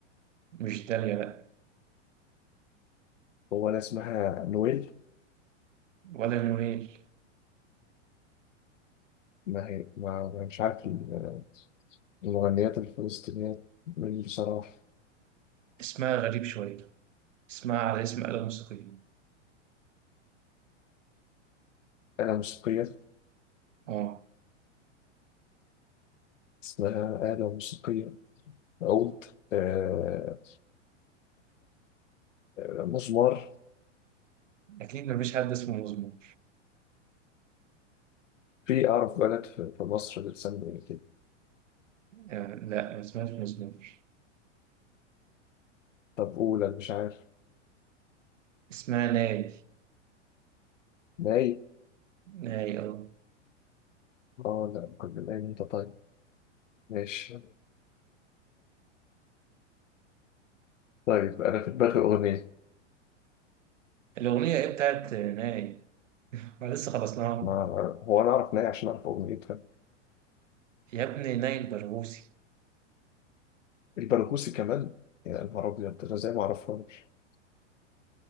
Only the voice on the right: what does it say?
مش دالية لأ
ولا نويل
اسمها غريب شوية اسمها على اسم آلة موسيقية
أه
أكيد مفيش حد اسمه مزمور
آه، لا ما اسمهاش مزمور
اسمها ناي
ناي أه
الأغنية إيه بتاعت ناي احنا لسه خلصناها
يا ابني نايل برغوثي